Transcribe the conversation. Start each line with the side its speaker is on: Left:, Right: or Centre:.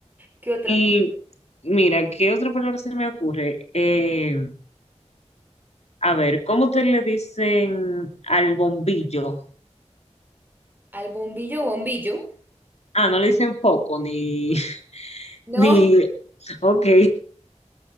Right: ¿Qué otras?
Left: Y mira, ¿qué otra palabra se me ocurre? Eh, a ver, ¿cómo te le dicen al bombillo?
Right: Al bombillo, bombillo.
Left: Ah, no le dicen foco, ni, <laughs>
Right: No,
Left: ni, ok,